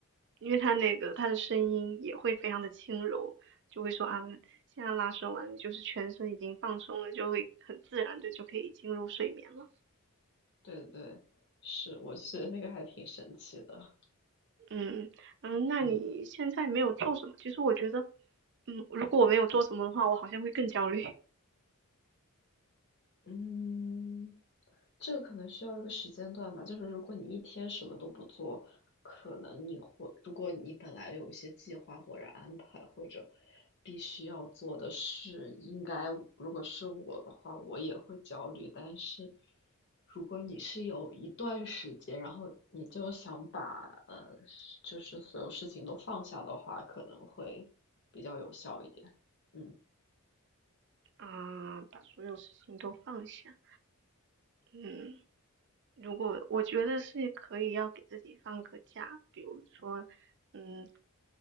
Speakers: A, on the right; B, on the left.
A: 因为他那个他的声音也会非常的轻柔，就会说啊，现在拉伸完，就是全身已经放松了，就会很自然的就可以进入睡眠了。
B: 对对，是，我觉得那个还挺神奇的。
A: 嗯嗯，那你现在没有做什么？
B: 嗯
A: 其实我觉得，嗯，如果我没有做什么的话，我好像会更焦虑
B: 嗯。这个可能需要一个时间段吧，就是如果你一天什么都不做，可能你会，如果你本来有一些计划或者安排或者必须要做的事，应该如果是我的话，我也会焦虑。但是如果你是有一段时间，然后你就想把呃，就是所有事情都放下的话，可能会比较有效一点。嗯，
A: 啊，把所有事情都放下。嗯，如果我觉得是可以要给自己放个假，比如说，嗯，